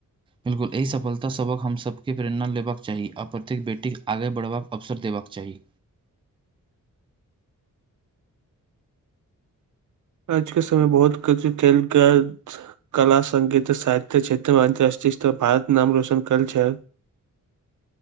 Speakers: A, on the right; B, on the right.
A: बिलकुल एहि सफलतासभक हमसभके प्रेरणा लेबाक चाही आ प्रत्येक बेटीक आगे बढ़बाक अवसर देबाक चाही।
B: आजके समय बहुत कछु खेल काज कला संगीत साहित्य क्षेत्रमे अंतरराष्ट्रीय स्तर भारत नाम रोशन करल छै।